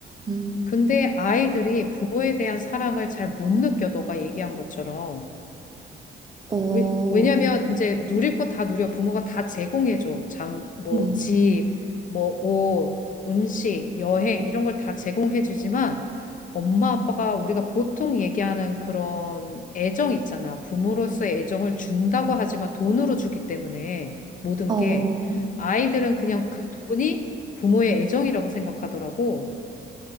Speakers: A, on the right; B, on the left.
A: 음,
B: 근데 아이들이 부모에 대한 사랑을 잘 못 느껴, 너가 얘기한 것처럼.
A: 어,
B: 왜, 왜냐면 이제 누릴 거 다 누려. 부모가 다 제공해줘. 잠, 뭐,
A: 음,
B: 집, 뭐, 옷, 음식, 여행, 이런 걸 다 제공해주지만, 엄마, 아빠가 우리가 보통 얘기하는 그런 애정 있잖아. 부모로서의 애정을 준다고 하지만 돈으로 주기 때문에 모든
A: 어.
B: 게 아이들은 그냥 그 돈이 부모의 애정이라고 생각하더라고.